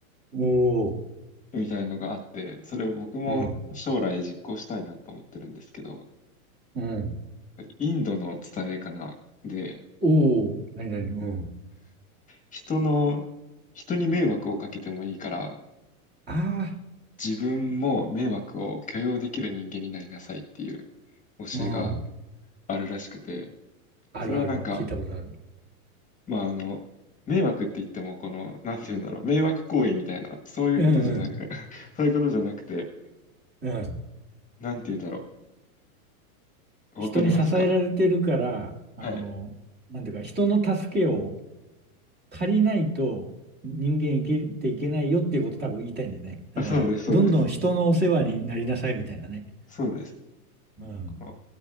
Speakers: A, on the right; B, on the left.
A: おー。
B: みたいのがあって、それを僕も将来実行したいなと思ってるんですけど、
A: うん。うん。
B: インドの伝えかな。で、
A: おお、何々、うん。
B: 人の、人に迷惑をかけてもいいから、
A: あ
B: 自分も迷惑を許容できる人間になりなさいっていう教えが
A: あ、うん。
B: あるらしくて、
A: あるある。
B: それはなんか、
A: 聞いたことある。
B: まああの、迷惑って言っても、この、なんていうんだろう、迷惑行為みたいな、そういうことじゃなく。
A: うん
B: そういうことじゃなくて、
A: うん。うん。
B: なんて言うんだろう。
A: 人に支えられてるから、
B: わかりますか
A: あの、
B: はい。
A: なんていうか、人の助けを借りないと人間生きていけないよっていうこと多分言いたいんだよね。だから、
B: あ、そうです、そうです。
A: どんどん人のお世話になりなさいみたいなね。
B: そうです。
A: うん。
B: この、